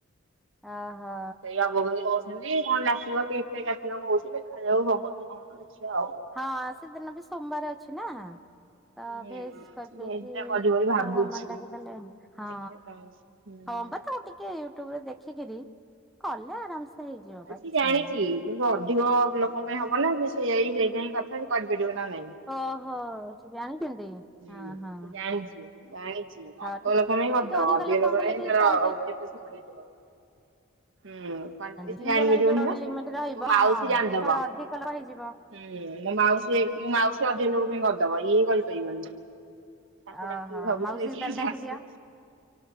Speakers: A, in the centre; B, on the right.
A: ଓହୋ
B: ସେଇ ଅବଗଣି କଣ ଆସିବ କେକଟା କାଟିବ କହୁଛି ଦେଖାଯାଉ କଣ ହେଉଛି କଣ ନାଇଁ ଦେଖିବା ଆଉ।
A: ହଁ ସେଦିନ ବି ସୋମବାର ଅଛି ନା। ତ
B: ମାନେ
A: ଭେଜ କରିଦେଇକି
B: ଭେଜ୍ ଟା କରିବି ବୋଲି ଭାବୁଛୁ
A: ସାଙ୍ଗମାନଙ୍କୁ ଡାକିଦେଲେ। ହଁ
B: ଦେଖିବା କଣ ହଉଛି।
A: ହଁ ବା ତମେ ଟିକେ ୟୁଟ୍ୟୁବରେ ଦେଖିକିରି କଲେ ଆରାମସେ। ହେଇଯିବ ବା
B: ମୁଁ ସେ
A: କିଛି
B: ଜାଣିଛି।
A: ନାହିଁ।
B: କି ଅଧିକ ଲୋକ ପାଇଁ ହବ ନା ଯେ ସେଇ ହେଇଟା ହଁ କଥା ସେ କରିପାରିବ ନା ନାଇଁ।
A: ଓହୋ ସେ ଜାଣିଛନ୍ତି ହଁ
B: ହୁଁ
A: ହଁ।
B: ସେ ଜାଣିଛି ଜାଣିଛି
A: ହଁ
B: ଅଳ୍ପ
A: ଟି
B: ଲୋକ ପାଇଁ କରିଦବ
A: ଟିକେ
B: ଅଧିକ
A: ଲୋକଙ୍କୁ
B: ଲୋକ
A: କଲେ
B: ପାଇଁ
A: ଟିକେ
B: ତାର
A: କ୍ୱାଣ୍ଟି
B: <unintelligible> <inaudible> ହୁଁ କ୍ୱାଣ୍ଟୀଟି
A: ତିନି
B: ଜାଣି
A: ଜଣରେ
B: ପାରିିବନି
A: ଯୋଉଟା ଗୋଟେ
B: ବା।
A: ଲିମିଟ ରହିବ
B: ମୋ ମାଉସୀ
A: ହଁ
B: ଜାଣିଦବ।
A: ଯେତେବେଳେ
B: ହୁଁ
A: ଅଧିକ ଲୋକ ହେଇଯିବ
B: ମୋ ମାଉସୀ ମୋ ମାଉସୀ ଅଧିକ ଲୋକ ପାଇଁ କରିଦବ ଇଏ କରିପାରିବନି। ତାକୁ
A: ଓହୋ
B: ଡାକିବି ଭାବୁୁଥିଲି
A: ମାଉସୀ କି ତାହେଲେ
B: ଯେ
A: ଡାକିଦିଅ
B: ଆସୁ।